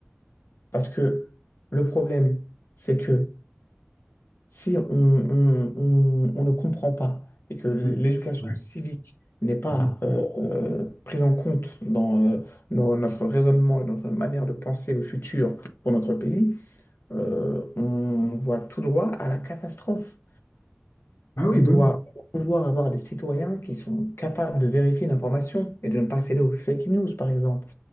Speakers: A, on the left; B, on the left.
A: Parce que le problème, c'est que si on, on- on- on ne comprend pas et que l'éducation
B: Oui. Ouais.
A: civique n'est pas
B: Mhm.
A: euh, euh, prise en compte dans euh, nos- notre raisonnement et notre manière de penser le futur pour notre pays, euh, on voit tout droit à la catastrophe.
B: Ah oui,
A: On
B: bah
A: doit
B: oui,
A: pouvoir avoir des citoyens qui sont capables de vérifier l'information et de ne pas céder aux fake news, par exemple.